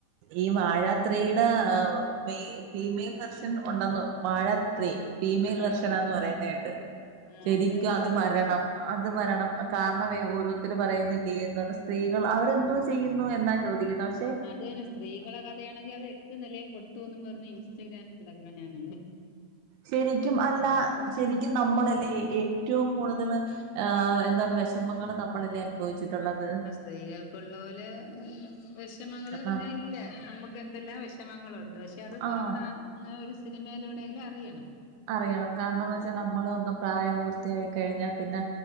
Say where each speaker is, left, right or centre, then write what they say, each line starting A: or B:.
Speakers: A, on the right (about 85°); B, on the left (about 85°).
A: ഈ വാഴാ ത്രീയുടെ മെ ഫീമെയിൽ വെർഷൻ ഉണ്ടെന്ന് വാഴ. ത്രീ ഫീമെയിൽ
B: ആഹ്
A: വെർഷനാന്ന്
B: അതെ
A: പറയുന്നത് കേട്ട്
B: ആഹ്
A: ശരിക്കും
B: ഉണ്ടെന്ന്
A: അത് വരണം.
B: പറയണ്
A: അത് വരണം കാരണവേ ഓരോരുത്തർ പറയുന്നില്ലേ എന്ന് പറ സ്ത്രീകൾ അവരെന്തോ? ചെയ്യുന്നു എന്നാ ചോദിക്കുന്നെ പക്ഷേ.
B: അതനെ സ്ത്രീകളെ കഥയാണെങ്കിൽ അത് എട്ട് നിലയിൽ പൊട്ടുന്ന് പറഞ് ഇൻസ്റ്റഗ്രാമിൽ കിടക്കണ ഞാൻ കണ്ട്.
A: ശരിക്കും അല്ല ശെരി നമ്മളല്ലേ ഏറ്റവും കൂടുതൽ എന്താണ് വിഷമങ്ങൾ നമ്മളല്ലേ. അനുഭവിച്ചിട്ടുള്ളത്.
B: ആഹ് സ്ത്രീകൾക്കുള്ള പോലെ വിഷമങ്ങൾ
A: കാരണം
B: പിന്നെ ഇല്ല നമുക്ക് എന്തെല്ലാം വിഷമങ്ങളുണ്ട്. ണ്ട് പക്ഷെ അത് പുറത്ത്
A: ആഹ്
B: അങ്ങനെ ഒരു സിനിമയിലൂടെങ്കിലും അറിയണം.
A: അറിയണം കാരണന്ന് വെച്ചാ നമ്മള് ഒന്ന് പ്രായപൂർത്തിയായി കഴിഞ്ഞാൽ പിന്നെ